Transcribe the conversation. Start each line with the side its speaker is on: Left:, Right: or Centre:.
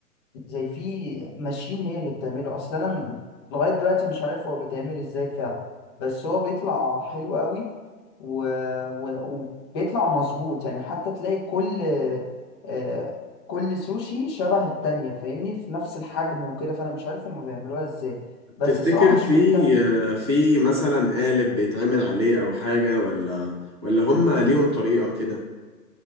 Left: زي في ماشين هي اللي بتعمله اصل انا من لغايه دلوقتي مش عارف هو بيتعمل ازاي فعلا بس هو بيطلع حلو قوي و... و... وبيطلع مظبوط يعني حتى تلاقي كل آه، كل سوشي شبه التانية فاهمني في نفس الحجم وكده فانا مش عارف هما بيعملوها ازاي بس
Right: تفتكر
Left: صراحة مش
Right: في
Left: مهتم
Right: في مثلا قالب بيتعمل عليه او حاجة ولا ولا هم ليهم طريقة كده